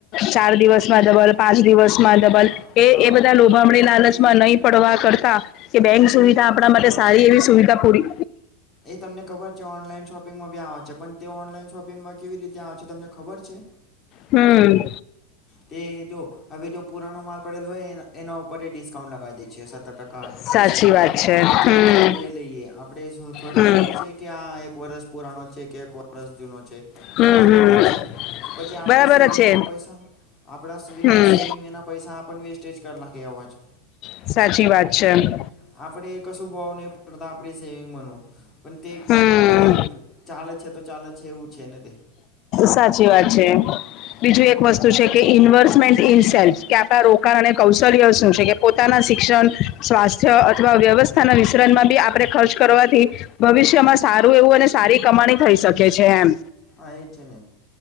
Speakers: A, on the left; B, on the left.
A: ચાર દિવસમાં ડબલ પાંચ દિવસ. માં ડબલ
B: હા
A: એ
B: હા
A: એ બધા
B: હા
A: લોભામણી લાલચમાં
B: એ
A: નહીં પડવા કરતા. કે બેંક સુવિધા
B: એ તમને
A: આપણા
B: ખબર
A: માટે સારી
B: છે
A: એવી સુવિધા પૂરી.
B: એ તમને ખબર છે ઓનલાઈન શોપિંગમાં બી આવે છે પણ તે ઓનલાઈન શોપિંગમાં કેવી રીતે આવે છે તમને ખબર છે.
A: હમ.
B: તે જો હવે જો પુરાણો માલ પડેલો હોય ન એના ઉપર રે ડિસ્કાઉન્ટ લગાવી દઈ છે સત્તર ટકા
A: સાચી
B: એસ્સી ટકા
A: વાત છે હમ
B: પછી આપડે લઈ લઈએ આપણેે શું થોડી
A: હમ
B: ખબર છે કે આ એક વરષ પુરાનો છે કે એક વરષ જૂનો છે.
A: હમ
B: એ તો
A: હમ
B: બરોબર છે ને પછી આપણે
A: બરાબર
B: સેવિંગ
A: જ છે
B: ના પૈસા આપડા સેવિં
A: હમ
B: સેવિંગ. એના પૈસા આપણને વેસ્ટેજ કરલા કે એવા છે.
A: સાચી વાત છે.
B: આપણે કશું ભાવ નહીં પડતા આપણી સેવિંગમાંનો. પણ તે
A: હમ
B: હોય પણ ચાલ જ છે તો ચાલ જ છે એવું છે ને, તે
A: સાચી વાત છે બીજું
B: હા
A: એક વસ્તુ શું કે ઇન્વર્મેન્ટ ઇન સેલ્ફ કે આપણા રોકાણ અને કૌશલ્ય શું છે, કે પોતાના શિક્ષણ સ્વાસ્થ્ય અથવા વ્યવસ્થાના વિશરણમાં બી આપણે ખર્ચ કરવાથી. ભવિષ્યમાં સારું એવું અને સારી કમાણી થઈ શકે છે, એમ
B: હા એ છે ને